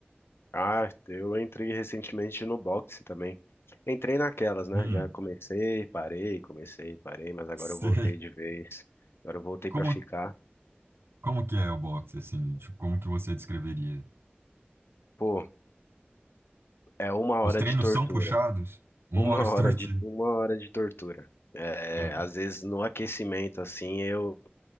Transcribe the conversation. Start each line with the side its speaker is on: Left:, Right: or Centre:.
Left: Ah, eu entrei recentemente no boxe também. Entrei naquelas, né?
Right: Hum,
Left: Já comecei,
Right: <laughs>
Left: parei, comecei, parei, mas agora
Right: sei.
Left: eu voltei de vez. Agora eu voltei
Right: Como
Left: pra ficar.
Right: como que é o boxe assim? Tipo, como que você descreveria?
Left: Pô, é uma
Right: Os
Left: hora
Right: treinos
Left: de tortura.
Right: são puxados?
Left: <laughs>
Right: Uma
Left: Uma
Right: hora estorte.
Left: hora de, uma hora de tortura. É,
Right: Ah,
Left: às vezes no aquecimento, assim, eu,